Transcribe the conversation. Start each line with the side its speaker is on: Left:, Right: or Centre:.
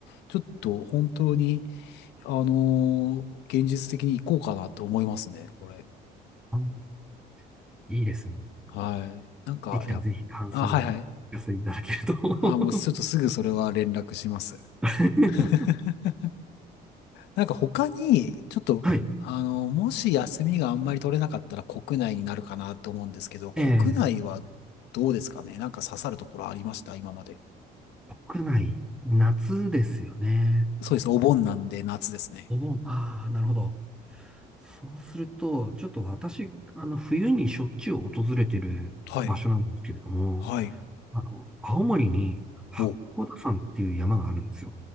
Left: ちょっと本当にあのー現実的に行こうかなと思いますね、これ。
Centre: あいいですね。
Left: はい。なんか、
Centre: できたらぜひ感想をお寄せいただけると。
Left: やっ、あ、はいはい。あ、もうちょっとすぐそれは連絡します。
Centre: <laughs>
Left: <laughs> なんか他に、ちょっと、
Centre: はい。
Left: あの、もし休みがあんまり取れなかったら国内になるかなと思うんですけど、国内は
Centre: ええ、
Left: どうですかねなんか刺さるところありました今まで。
Centre: 国内、夏ですよね。
Left: そうです。お盆なんで夏ですね。
Centre: お盆。ああ、なるほど。そうすると、ちょっと私、あの、冬にしょっちゅう訪れてる場所なんですけれども、
Left: はい。はい。
Centre: あの、青森に八甲田山っていう山があるんですよ。
Left: お。